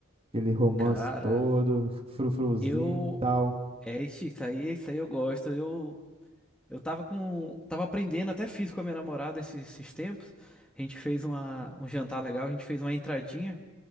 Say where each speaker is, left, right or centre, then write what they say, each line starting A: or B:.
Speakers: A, on the right; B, in the centre.
A: Aquele romance
B: Cara,
A: todo, frufruzinho
B: eu.
A: e tal.
B: É, ixi, isso aí, isso aí eu gosto. Eu, eu tava com. Tava aprendendo, até fiz com a minha namorada esses, esses tempos. A gente fez uma, um jantar legal, a gente fez uma entradinha,